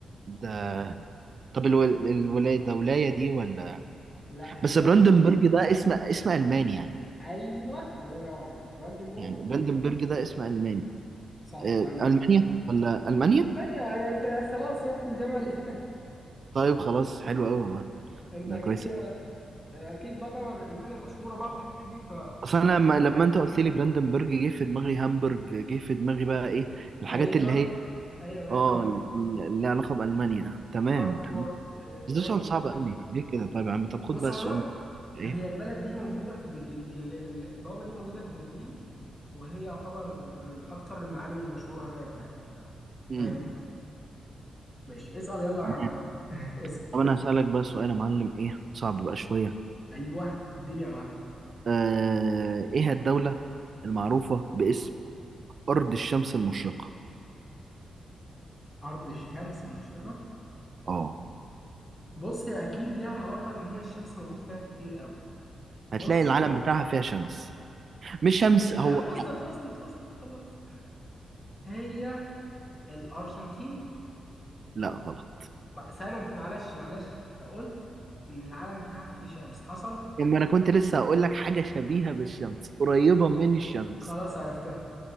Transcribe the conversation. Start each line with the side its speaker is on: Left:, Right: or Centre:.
Right: ده طب الو- الولاية ده ولاية دي ولا
Left: <laughs> لا هي
Right: بس براندنبرج ده اسم اسم الماني يعني
Left: ايوه الله ينور عليك براندنبورغ
Right: يعني براندنبرج
Left: ألمانيا
Right: ده اسم الماني
Left: صح
Right: آه،
Left: عندك
Right: المانيا
Left: حق
Right: ولا المانيا
Left: المانيا يعني انت خلاص رحت في جمل
Right: طيب خلاص حلو قوي والله
Left: <laughs> انت
Right: ده
Left: اكيد
Right: كويس أوي.
Left: اكيد بقى طبعا المانيا مشهوره بقى بالحاجات دي ف
Right: اصل انا لما لما انت قلت لي براندنبرج جه في دماغي هامبرج جه في دماغي بقى ايه الحاجات
Left: ايوه
Right: اللي هي
Left: ايوه ايوه
Right: اه
Left: فاهم
Right: ال- اللي علاقه بالمانيا تمام
Left: وفرانكفورت
Right: تمام
Left: آه، براندنبورغ
Right: بس ده سؤال صعب قوي
Left: حاجات
Right: ليه كده طيب يا عم طب خد
Left: بص
Right: بقى
Left: عموما
Right: السؤال ده ايه
Left: هي البلد دي موجودة في برلين ال- ال- البوابة دي موجودة في برلين وهي يعتبر من أكتر المعالم المشهورة هناك يعني ك-
Right: امم
Left: فاهمني؟ ماشي اسأل يلا يا
Right: تمام
Left: عم <laughs> اسأل
Right: طب انا هسالك بقى سؤال يا معلم ايه صعب بقى شويه
Left: أيوه اديني يا معلم
Right: آه ايه الدوله المعروفه باسم أرض الشمس المشرقة
Left: أرض الشمس المشرقة
Right: اه
Left: بص هي أكيد ليها علاقة إن هي الشمس موجود فيها كتير قوي بص
Right: هتلاقي العلم لا بتاعها فيها شمس مش شمس
Left: هي
Right: هو
Left: آه، وصلت وصلت وصلت خلاص <laughs> هي الأرجنتين
Right: لا غلط
Left: ما- سنة أنت معلش معلش أنت قلت إن العلم بتاعها فيه شمس حصل
Right: لما أنا كنت لسه هقول لك حاجة شبيهة بالشمس قريبة من الشمس
Left: خلاص عرفتها